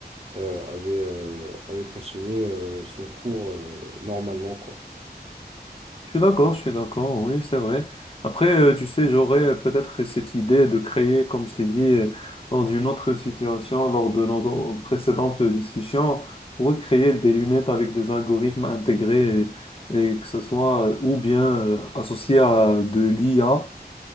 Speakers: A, on the right; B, on the left.
A: euh, avait, euh, avait continué euh, son cours euh, normalement, quoi.
B: Je suis
A: Bon.
B: d'accord, je suis d'accord, oui, c'est vrai. Après, euh, tu sais, j'aurais peut-être cette idée de créer, comme je t'ai dit, euh, dans une autre situation, lors de notre précédente discussion, recréer des lunettes avec des algorithmes intégrés et, et que ce soit euh, ou bien euh, associé à de l'IA